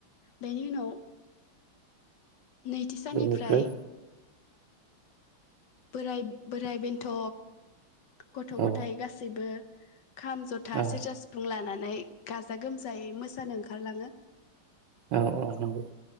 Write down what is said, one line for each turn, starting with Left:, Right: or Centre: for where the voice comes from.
Left: बेनि उनाव नैथि साननिफ्राय
Right: बेनिफ्राय
Left: बोराय बोराइ बेन्थ' गथ'
Right: औ
Left: गथायाइ गासैबो खाम जथा
Right: औ
Left: सेरजा सिफुं लानानै नाय गाजा गोमजायै मोसानो ओंखारलाङो।
Right: औ औ नंगौ।